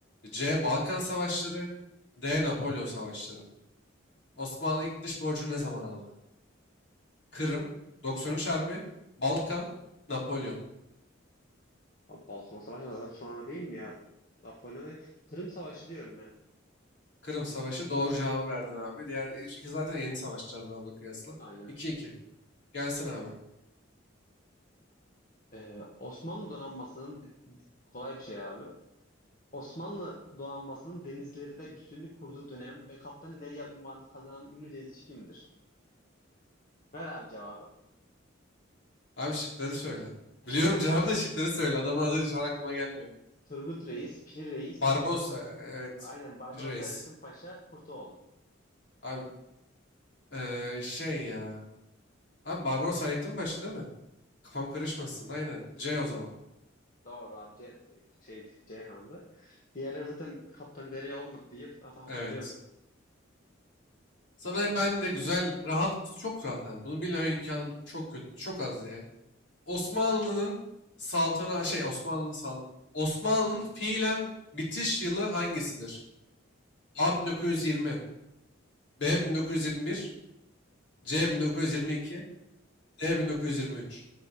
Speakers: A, on the left (about 60°); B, on the left (about 40°).
A: C. Balkan Savaşları D. Napolyon Savaşları Osmanlı ilk dış borcunu ne zaman aldı? Kırım, 93 Harbi, Balkan, Napolyon.
B: Abi Balkan Savaşı da zaten sonra değil mi ya? Napolyon'a Kırım Savaşı diyorum ya.
A: Kırım Savaşı doğru cevabı verdin abi. Diğer üç- iki zaten yeni savaşlardan onunla kıyasla.
B: Aynen.
A: iki iki. Gelsin abi.
B: Ee, Osmanlı donanmasının d- d- kolay bir şey abi. Osmanlı donanmasının denizlerinde üstünlük kurduğu dönem ve Kaptanı Derya unvanını kazanan ünlü denizci kimdir? Ver abi cevabı.
A: Abi şıkları söyle.
B: <laughs>
A: Biliyorum cevabı da şıkları söyle. Adamın adı şu an aklıma gelmiyor.
B: Turgut Reis, Piri Reis,
A: Barbosa. Evet.
B: aynen Barbaros
A: Free Reis.
B: Hayrettin Paşa, Kurtoğlu.
A: Abi eee, şey ya. Abi Barbaros Hayrettin Paşa değil mi? Kafam karışmasın. Aynen. C o zaman.
B: Doğru abi Ce şeydi Ceyhan'dı. Diğerleri zaten Kaptan Derya olmadı diye hat- hatırlıyorum.
A: Evet. Sana ben de güzel, rahat, çok rahat. Yani. Bunu bilmem imkan çok kötü, çok az yani. Osmanlı'nın saltana şey Osmanlı'nın saltanatı. Osmanlı'nın fiilen bitiş yılı hangisidir? A 1920, B 1921, C 1922, D 1923.